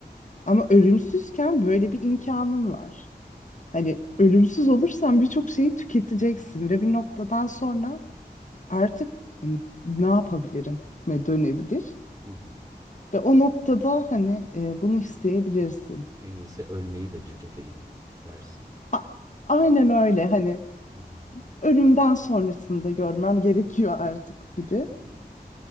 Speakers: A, on the left; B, on the right.
A: Ama ölümsüzken böyle bir imkanın var. Hani ölümsüz olursan birçok şeyi tüketeceksin ve bir noktadan sonra artık hani, ne yapabilirim ve dönebilir.
B: Hı hı.
A: Ve o noktada hani e, bunu isteyebilirsin.
B: En iyisi ölmeyi de tüketeyim dersin.
A: A- aynen öyle hani
B: Hı hı.
A: ölümden sonrasını da görmem gerekiyor artık
B: <laughs>
A: gibi.